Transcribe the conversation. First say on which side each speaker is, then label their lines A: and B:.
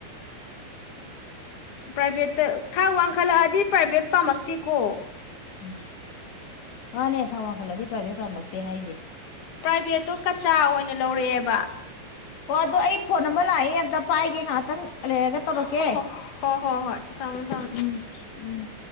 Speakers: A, on the left; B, on the left.
A: ꯄ꯭ꯔꯥꯏꯚꯦꯠꯇ ꯊꯥꯛ ꯋꯥꯡꯈꯠꯂꯛꯑꯗꯤ ꯄ꯭ꯔꯥꯏꯚꯦꯠ ꯎꯄꯥꯃꯛꯇꯤ ꯀꯣ
B: ꯎꯝ ꯃꯥꯅꯦ ꯊꯥꯎ ꯋꯥꯡꯈꯠꯂꯗꯤ ꯄꯥꯕꯩ ꯄꯥꯝꯃꯛꯇꯦ ꯍꯥꯏꯁꯦ
A: ꯄ꯭ꯔꯥꯏꯚꯦꯠꯇꯣ ꯀꯆꯥ ꯑꯣꯏꯅ ꯂꯧꯔꯛꯑꯦꯕ
B: ꯑꯣ ꯑꯗꯣ ꯑꯩ ꯐꯣꯟ ꯑꯃ ꯂꯥꯛꯑꯦ ꯑꯝꯇ ꯄꯥꯏꯒꯦ ꯉꯥꯏꯍꯥꯛꯇꯪ ꯂꯦꯒꯦ ꯇꯧꯔꯀꯦ
A: ꯍꯣ ꯍꯣ ꯍꯣ ꯍꯣ ꯍꯣꯏ ꯊꯝꯃꯣ ꯊꯝꯃꯣ
B: ꯎꯝ ꯎꯝ <inaudible>